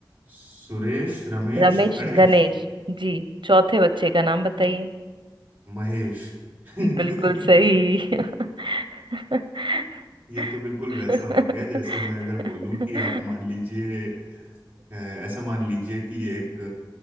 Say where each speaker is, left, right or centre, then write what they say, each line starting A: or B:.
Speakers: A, on the right (about 25°); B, on the right (about 80°).
A: सुरेश रमेश
B: रमेश
A: गणेश
B: गणेश जी चौथे बच्चे का नाम बताइए
A: महेश <laughs>
B: बिल्कुल सही <laughs>
A: ये तो बिल्कुल
B: <laughs>
A: वैसा हो गया जैसे मैं अगर बोलूं कि आप मान लीजिए अ, ऐसा मान लीजिए कि एक